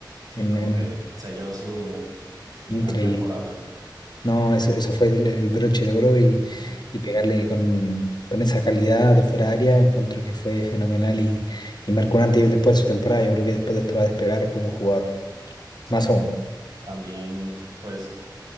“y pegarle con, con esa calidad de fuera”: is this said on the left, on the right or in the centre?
Left